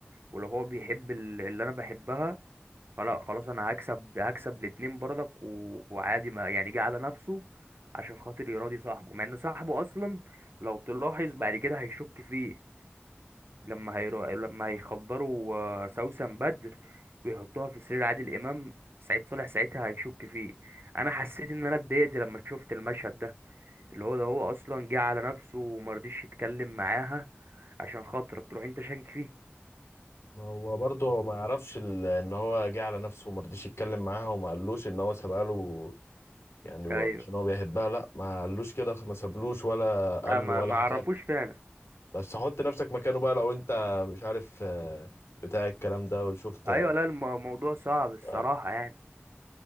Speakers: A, on the right; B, on the left.
A: ولو هو بيحب ال- اللي انا بحبها فلا خلاص انا هكسب هكسب الاتنين برضك و... وعادي ما يعني جه على نفسه عشان خاطر يراضي صاحبه مع ان صاحبه اصلا لو تلاحظ بعد كده هيشك فيه لما هيرو... لما هيخدروا آه، سوسن بدر ويحطوها في سرير عادل امام سعيد صالح ساعتها هيشك فيه انا حسيت ان انا اتضايقت لما شفت المشهد ده اللي هو ده هو اصلا جه على نفسه ومرضيش يتكلم معاها عشان خاطرك تروح انت شاكك فيه
B: ما هو برضه هو ما يعرفش ال- ان هو جه على نفسه وما رضيش يتكلم معاها وما قالوش ان هو سابها له يعني هو
A: ايوه
B: عشان هو بيحبها لا ما قالوش كده ما سابلوش ولا قال
A: لا ما
B: له ولا
A: ما
B: حكى
A: عرفوش
B: له
A: فعلا
B: بس حط نفسك مكانه بقى لو انت مش عارف آه، بتاع الكلام ده وشفت
A: ايوه لا الم- الموضوع صعب الصراحه
B: آه.
A: يعني